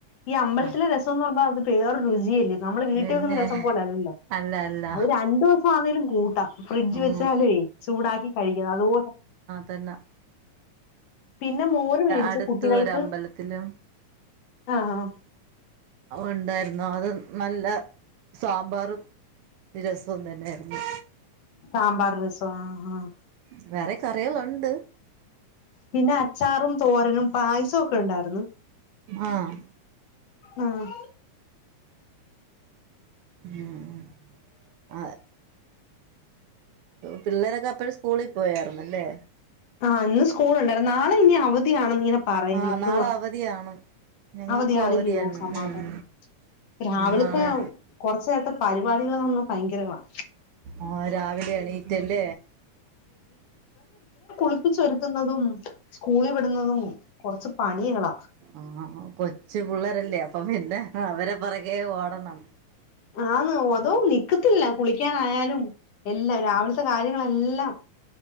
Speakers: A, on the left; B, on the right.
A: ഈ അമ്പലത്തിലെ
B: ആഹ്
A: രസം സം എന്ന് പറഞ്ഞാ അത് വേറെരുചിയല്ലേ നമ്മള് വീട്ടിൽ
B: പിന്നെ
A: വെക്കുന്ന രസം പോലെ അല്ലല്ലോ
B: അല്ല അല്ല
A: അത് രണ്ടു ദിവസം ആണേലും കൂട്ടാം ഫ്രിഡ്ജ്
B: ഉം
A: വെച്ചാല ചൂടാക്കി കഴിക്കണം അതുപോലെ.
B: തന്ന.
A: പിന്നെ മോര് മേടിച്ച
B: അടുത്ത
A: കുട്ടികൾക്ക്
B: ഒരു അമ്പലത്തിലും
A: ആഹ് ആഹ്
B: ഉണ്ടായിരുന്നു അത് നല്ല സാമ്പാറും. രസം തന്നെയായിരുന്നു.
A: സാമ്പാർ രസം ആഹ് ആഹ്.
B: ഉവേറെ കറികളുണ്ട
A: പിന്നെ അച്ചാറും തോരനും പായസമൊക്കെ ഉണ്ടായിരുന്നു.
B: ആഹ്
A: ആഹ്
B: ഉം അ പിള്ളേരൊക്കെ അപ്പോഴും സ്കൂളിൽ പോയായിരുന്നുല്ലേ.
A: ആഹ് ഇന്ന് സ്കൂള ഉണ്ടായിരുന്നു നാളെ ഇനി അവധി. അവധി ആണെന്ന് ഇങ്ങനെ പറയുന്നു
B: ആഹ് നാളെ അവധിയാണ് ഞങ്ങൾക്കും
A: അവധിയാണ്ല്ലോ
B: അവധിയാണ്
A: സമാധാനം.
B: ഉം
A: രാവിലത്തെ
B: നാളെ
A: കുറച്ച നേരത്തെ പരിപാടികള ഒന്ന ഭയങ്കരമാണ്.
B: ഓ രാവിലെ എണീറ്റല്ല
A: കുളിപ്പിച്ച് ച്ചൊരുക്കുന്നതും സ്കൂളിൽ വിടുന്നതും കുറച്ച് പണികള
B: ആഹ് കൊച്ചു പിള്ളേരല്ലേ അപ്പൊ പിന്നെ അവരെ പിറകേ ഓടണം.
A: ആന്നൂ അതോ നിക്കത്തില്ല കുളിക്കാനായാലും. എല്ലാം രാവിലത്തെ കാര്യങ്ങളെല്ലാം.